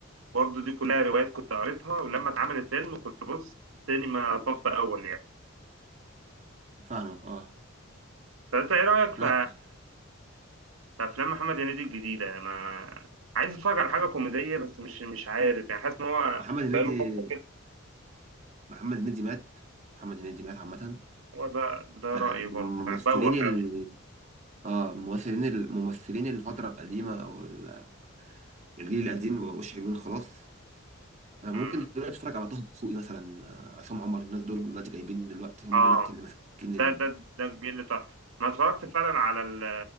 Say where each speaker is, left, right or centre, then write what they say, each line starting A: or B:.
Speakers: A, on the right; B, on the right.
A: برضه دي كلها روايات كنت قريتها ولما اتعملت فيلم كنت بص سينما صف اول يعني
B: فاهمك اه
A: فانت ايه رايك في
B: لا
A: في افلام محمد هنيدي الجديده ما عايز اتفرج على حاجه كوميديه بس مش مش عارف يعني حاسس ان هو
B: محمد هنيدي
A: بقاله فتره كده
B: محمد هنيدي مات محمد هنيدي مات عامة
A: هو ده ده
B: آه،
A: رايي
B: ممثلين
A: برضه فبوخ
B: ال
A: قوي
B: اه ممثلين الممثلين الفترة القديمة او ال- الجيل القديم ما بقوش حلوين خلاص آه،
A: امم
B: ممكن دلوقتي اتفرج على طه دسوقي مثلا آه، عصام عمر الناس دول دلوقتي جايبين دلوقتي هم
A: اه
B: دلوقتي اللي ماسكين ال
A: ده ده ده كبير اللي طلع ما اتفرجت فعلا على ال